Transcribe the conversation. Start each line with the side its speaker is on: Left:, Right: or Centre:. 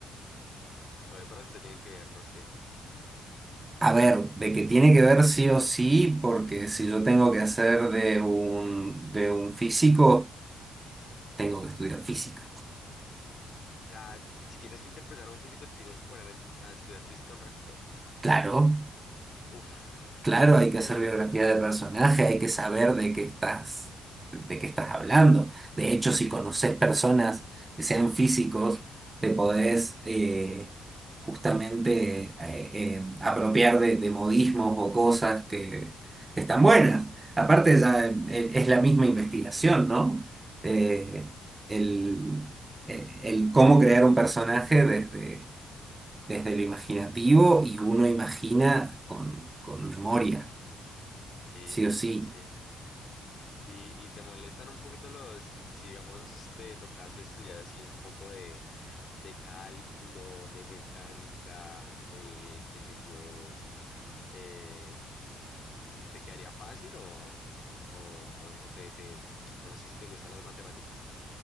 Left: O de pronto tienen que ver, no sé.
Right: A ver, de que tiene que ver sí o sí, porque si yo tengo que hacer de un, de un físico, tengo que estudiar física.
Left: O sea, si tienes que interpretar a un físico, te tienes que poner a, a estudiar física un ratico.
Right: Claro.
Left: Uf,
Right: Claro,
Left: duro.
Right: hay que hacer biografía de personaje, hay que saber de qué estás, de qué estás hablando. De hecho, si conoces personas que sean físicos, te podés eh, justamente eh, eh, apropiar de, de modismos o cosas que, que están buenas. Aparte, ya eh, es la misma investigación, ¿no? Eh, el, eh, el cómo crear un personaje desde, desde lo imaginativo y uno imagina con con memoria.
Left: Sí,
Right: Sí o sí.
Left: sí. Y, y te molestan un poquito los, si, si, digamos, te tocase estudiar así un poco de, de cálculo, de mecánica, de qué sé yo, eh, ¿te quedaría fácil o, o- o- o te, te- no sé si te gustan las matemáticas?